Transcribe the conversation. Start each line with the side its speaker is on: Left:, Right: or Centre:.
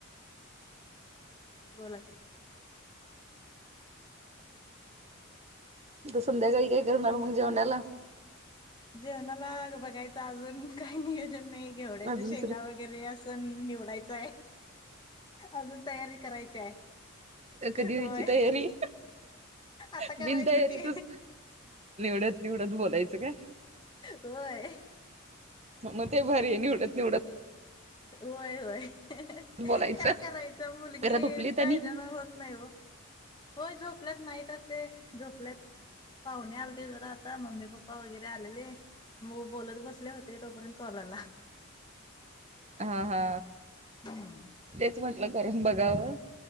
Left: बोला की.
Right: संध्याकाळी काय करणार म जेवणाला?
Left: जेवणाला गं बघायचं अजून काय नियोजन नाही घेवड्याच्या
Right: अजून
Left: शेंगा
Right: सरी
Left: वग <unintelligible> निवडायचाय. अजून तयारी करायची हाय
Right: कधी व्हायची
Left: होय.
Right: तयारी
Left: आता करायचं
Right: बिनतयारीतच
Left: की.
Right: निवडत निवडत बोलायचं काय?
Left: व्हय.
Right: म ते भारीय निवडत निवडत
Left: व्हय व्हय
Right: बोलायचं
Left: काय करायचं मुलगीच्या
Right: जरा धुपलीत आणि
Left: हेजान होत नाइ ओ. होय झोपल्यात नाईट असते झोपल्यात पाहुणे आलते जरा आता मम्मी पप्पा वगरे आलेले म बोलत बसले होते तोपर्यंत कॉल आला.
Right: हा हा
Left: हम्म
Right: तेच म्हंटलं करून बघावं